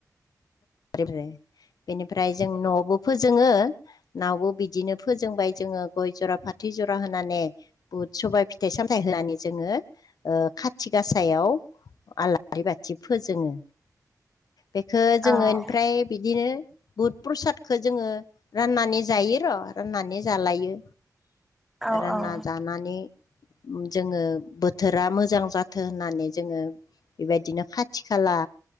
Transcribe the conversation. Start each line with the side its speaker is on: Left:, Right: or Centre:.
Left: <unintelligible> बेनिफ्राय जों न'आवबो फोजोङो नावबो बिदिनो फोजोंबाय जोङो गय जरा फाथै जरा होनानै बुद सबाय फिथाइ साम थाइ होनानै जोङो ओ खाथि गासायाव आलारि बाथि फोजोङो बेखो जोङो
Centre: औ
Left: थिख बिदिनो बुद प्रसादखो जोङो राननानै जायो र' राननानै जालायो।
Centre: औ
Left: रानना
Centre: औ
Left: जानानै जोङो बोथोरा मोजां जाथों होननानै जोङो बेबायदिनो खाथि खाला